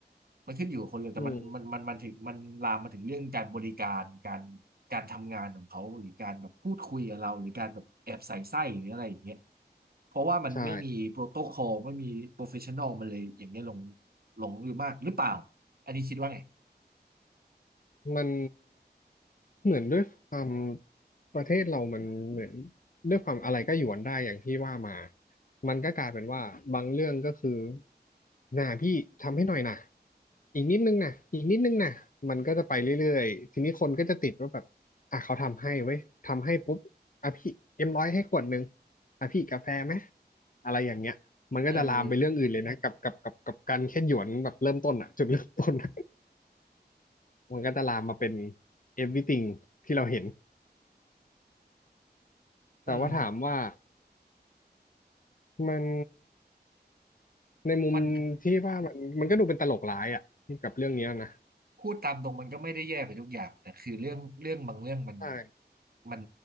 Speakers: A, on the right (about 60°); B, on the left (about 50°).
A: มันขึ้นอยู่กับคนเลยแต่มันมันมันมันถึงมันลามมาถึงเรื่องการบริการการ
B: อืม
A: การทำงานของเขาหรือการแบบพูดคุยกับเราหรือการแบบแอบใส่ไส้หรืออะไรอย่างเงี้ยเพราะว่ามันไม่มีโปรโตคอลไม่มีโปรเฟชชั่นอลมันเลยอย่างเงี้ยหลง
B: ใช่
A: หลงอยู่มากหรือเปล่าอันนี้คิดว่าไง
B: มันเหมือนด้วยความประเทศเรามันเหมือนด้วยความอะไรก็หยวนได้อย่างที่ว่ามามันก็กลายเป็นว่าบางเรื่องก็คือน่ะพี่ทำให้หน่อยนะอีกนิดนึงนะอีกนิดนึงนะมันก็จะไปเรื่อยๆทีนี้คนก็จะติดว่าแบบอ่ะเขาทำให้เว้ยทำให้ปุ๊บอ่ะพี่เอ็มร้อยให้ขวดนึงอ่ะพี่กาแฟไหมอะไรอย่างเงี้ยมันก็จะลามไปเรื่องอื่นเลยนะกับกับกับกับการแค่หยวนแบบเริ่มต้นอะจุดเริ่มต้นอะ
A: เออ
B: มันก็จะลามมาเป็น everything ที่เราเห็น
A: เออ
B: แต่ว่าถามว่ามันในมุมที่ว่ามันมันก็ดูเป็นตลกร้ายอ่ะกับเรื่องเนี้ยนะ
A: มัน พูดตามตรงมันก็ไม่ได้แย่ไปทุกอย่างแต่คือเรื่องเรื่องบางเรื่องมัน
B: ใช่
A: มัน